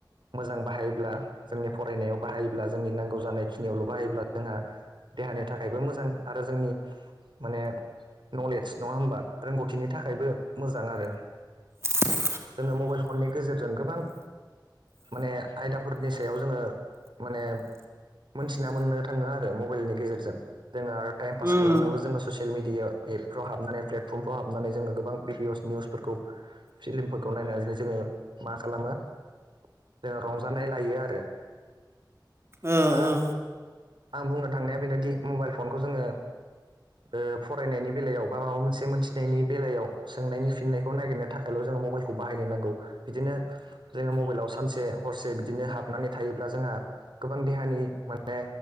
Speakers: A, on the right (about 85°); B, on the right (about 35°).
A: मोजां बाहायोब्ला जोंनि फरायनायाव बाहायोब्ला जों जोंनि नांगौ जानायखिनियावल' बाहायोब्ला जोंहा देहानि थाखायबो मोजां आरो जोंनि माने नलेज नङा होमबा रोंगौथिनि थाखायबो मोजां आरो
B: <unintelligible>
A: जोङो मबाइल फननि गेजेरजों जों गोबां माने आयदाफोरनि सायाव जोङो माने मोनथिना मोननो थाङो आरो मबाइलनि गेजेरजों जों आरो टाइम फास
B: उम
A: खालामनो जों ससियेल मिडिया एपफ्राव हाबनानै प्लेटफर्मफ्राव हाबनानै जोङो गोबां भिदिअस निउसफोरखौ फिल्मफोरखौ नायनानैनो जोङो मा खालामो जोङो रंजानाय लायो आरो
B: ओ
A: दा
B: ओ
A: आं बुंनो थांनाया बेनोदि मबाइल फनखौ जोङो फरायनायनि बेलायाव बा माबा मोनसे मोनथिनायनि बेलायाव सोंनायनि फिननायखौ नागिरनो थाखायल' जोङो मबाइल खौ बाहायनो नांगौ बिदिनो जोङो मबाइलाव सानसे हरसे बिदिनो हाबनानै थायोब्ला जोंहा गोबां देहानि माने